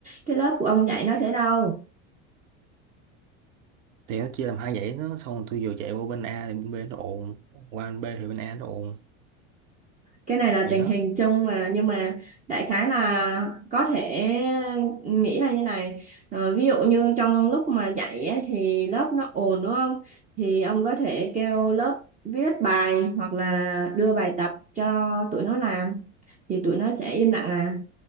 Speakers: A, on the right; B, on the right.
A: cái lớp của ông dạy nó thế đâu
B: Thì nó chia làm hai dãy nó xong rồi tôi vừa chạy qua bên A thì bên B nó ồn. Qua bên B thì bên A nó ồn.
A: cái này là
B: Vậy
A: tình
B: đó.
A: hình chung mà nhưng mà đại khái là có thể nghĩ là như này Ờ, ví dụ như trong lúc mà dạy ấy, thì lớp nó ồn đúng không thì ông có thể kêu lớp viết bài hoặc là đưa bài tập cho tụi nó làm thì tụi nó sẽ im lặng à